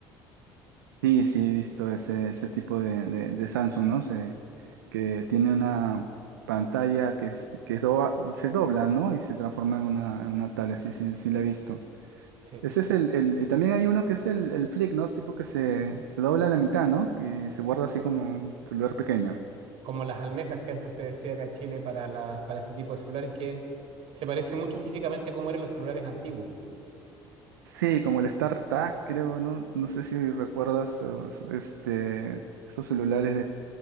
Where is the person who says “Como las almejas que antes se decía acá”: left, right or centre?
Right